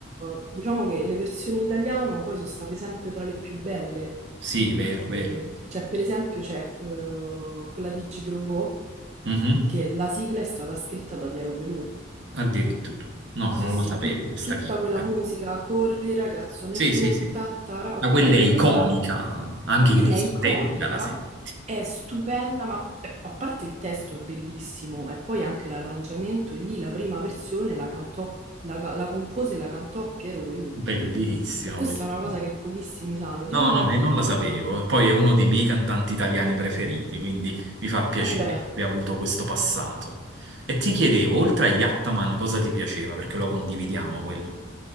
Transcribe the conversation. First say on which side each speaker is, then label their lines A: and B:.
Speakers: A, on the right (about 35°); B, on the right (about 60°).
A: eh, diciamo che le versioni in italiano poi sono state sempre tra le più belle.
B: Sì, vero,
A: E-
B: vero.
A: cioè, per esempio, c'è eh, quella di Gigrobot,
B: Mhm,
A: che la sigla è stata scritta da Piero Pelù.
B: Addirittura. No,
A: Sì,
B: non
A: sì,
B: la sapevo
A: tut-
B: questa
A: tutta
B: chicca.
A: quella musica, corri ragazzo nel
B: Sì,
A: blu,
B: sì, sì.
A: tattara, ok,
B: Ma quella è iconica,
A: quella,
B: anche
A: quella
B: in discoteca
A: è iconica,
B: la senti.
A: è stupenda, ma eh, a parte il testo è bellissimo, e poi anche l'arrangiamento, e lì la prima versione la cantò, la, ca- la compose e la cantò Piero Pelù.
B: Bellissimo
A: E questa
B: questo.
A: è una cosa che pochissimi sanno. Diciamo,
B: No, no,
A: ecco,
B: e non la sapevo. E poi è uno dei miei cantanti italiani preferiti, quindi mi fa piacere
A: e beh.
B: che abbia avuto questo passato. E ti chiedevo, oltre a Yattaman, cosa ti piaceva? Perché lo condividiamo quello.